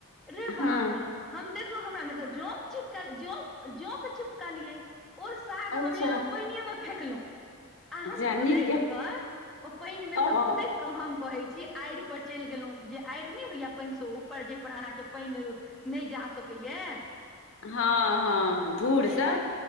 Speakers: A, in the centre; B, on the left (about 65°).
A: रे
B: हँ
A: बाप हम देखलहुँ हमरा मे तऽ जोक चिपकल जोक जोक चुपकलियै ओ साग
B: अच्छा
A: हम लेलहुँ पानिएमे फेकलहुँ आ हम
B: जा
A: कुदेक
B: नीक
A: कऽ ओ पानि
B: केलौं
A: मे सँ कुदेक हम कहे छी आड़ि पर चलि गेलहुँ जे आड़ि नहि होइया पैन से ऊपर जा पर अहाँके पैन नहि जा सकैया
B: हँ हँ धूर
A: ओहि
B: सब
A: पर